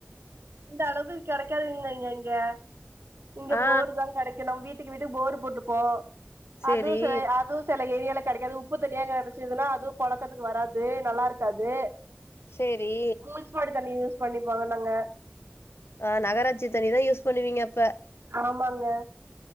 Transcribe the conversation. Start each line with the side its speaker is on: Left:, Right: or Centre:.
Right: இந்த அளவு கிடைக்காதுங்க இங்க இங்க இங்க
Left: ஆ
Right: போர் தா கடை கு நம் வீட்டுக்கு வீடு போர் போட்ருப்போ
Left: சேரி
Right: அதுவு ச அதுவு சில ஏரியால கிடைக்காது உப்பு தண்ணியாக் கிடச்சுதுனா அது பொழக்கத்துக்கு வராது நல்லா இருக்காது
Left: சேரி
Right: போஸ்மாடு தண்ணி யூஸ் பண்ணிப்போங்க நாங்க
Left: ஆ நகராட்சி தண்ணிதா யூஸ் பண்ணுவீங்க அப்ப
Right: ஆமாங்க